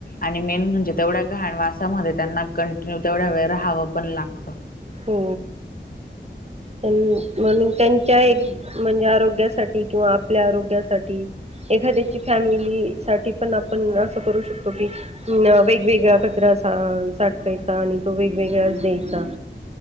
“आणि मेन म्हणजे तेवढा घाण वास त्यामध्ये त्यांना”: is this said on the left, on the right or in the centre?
Left